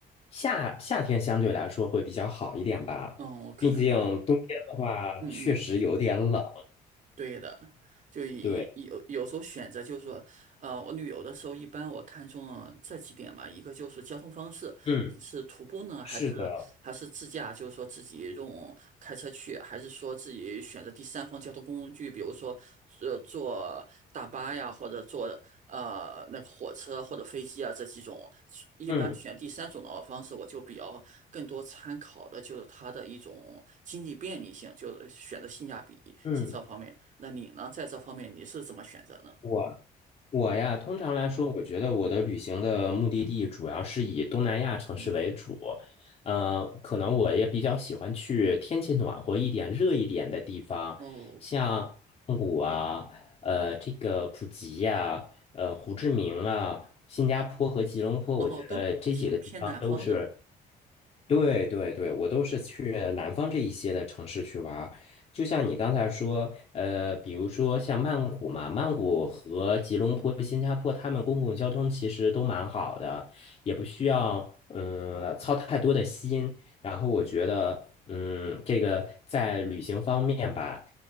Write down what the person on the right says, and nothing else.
嗯，可能吧，
嗯嗯。对的，就以有有时候选择就是说，
呃，我旅游的时候一般我看中了这几点嘛，一个就是交通方式，
是徒步呢，还是
还是自驾，就是说自己用开车去，还是说自己选择第三方交通工具，比如说呃坐大巴呀，或者坐呃那个火车或者飞机啊这几种，一般选第三种的方式，
我就比较更多参考的就是它的一种经济便利性，就是选择性价比是这方面。
那你呢，在这方面你是怎么选择呢？
嗯，
哦
哦哦，
都挺偏南方的。